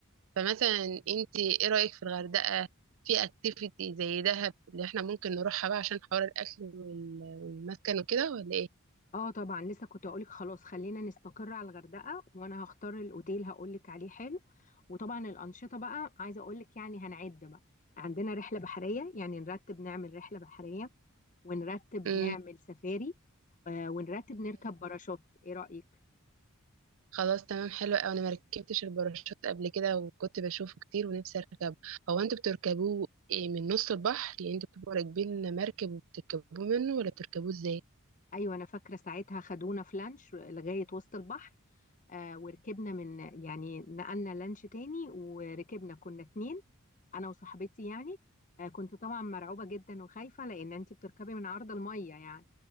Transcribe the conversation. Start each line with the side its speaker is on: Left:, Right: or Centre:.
Right: فمثلا انت ايه رايك في الغردقه في اكتيفيتي زي دهب اللي احنا ممكن نروحها بقى عشان حوار الاكل وال- والمسكن وكده ولا ايه
Left: اه طبعا لسه كنت اقولك خلاص خلينا نستقر على الغردقه وانا هختار الاوتيل هقولك عليه حلو وطبعا الانشطه بقى عايزه اقولك يعني هنعد بقى عندنا رحله بحريه يعني نرتب نعمل رحله بحريه ونرتب
Right: امم
Left: نعمل سفاري آه ونرتب نركب باراشوت ايه رايك
Right: خلاص تمام حلو قوي انا ما ركبتش الباراشوت قبل كده وكنت بشوفه كتير ونفسي اركبه هو انتوا بتركبوه إيه، من نص البحر يعني انتوا بتبقوا راكبين مركب وبتركبوه منه ولا بتركبوه ازاي
Left: ايوه انا فاكره ساعتها خدونا في لانش لغايه وسط البحر آه وركبنا من يعني نقلنا لانش تاني وركبنا كنا اتنين انا وصاحبتي يعني آه كنت طبعا مرعوبة جدا وخايفة لان انت بتركبي من عرض المية يعني